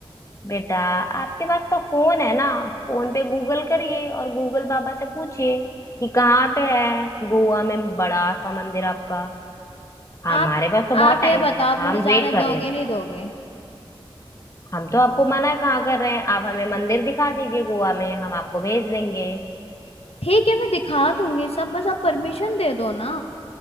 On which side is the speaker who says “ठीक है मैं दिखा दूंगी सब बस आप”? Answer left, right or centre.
Left